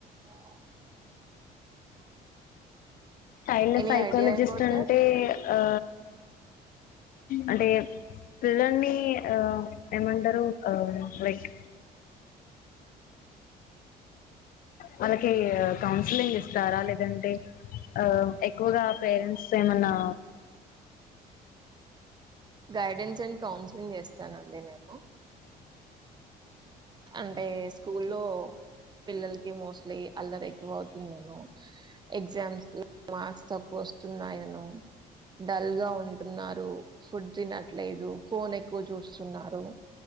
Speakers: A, on the right (about 25°); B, on the left (about 55°).
A: ఆఓ
B: child
A: any
B: psychologist
A: idea about
B: అంటే
A: that
B: ఆ అంటే పిల్లల్నీ ఆ ఏమంటరు ఆ లైక్ వాళ్ళకీ కౌన్సిలింగ్ ఇస్తార లేదంటె ఆ ఎక్కువ్గా పేరెంట్స్త్ ఏమన్నా
A: గైడెన్స్ యండ్ కౌన్సిలింగ్ చేస్తానండి నేను అంటే స్కూల్లో పిల్లల్కి మోస్ట్లీ అల్లర్ ఎక్కువౌతుందనో ఎగ్జామ్స్ మా క్స్ తక్కువ ఒస్తున్నాయనొ డల్గా ఉంటున్నారు, ఫుడ్ తినట్లేదు, ఫోనేక్కువ చూస్తున్నారు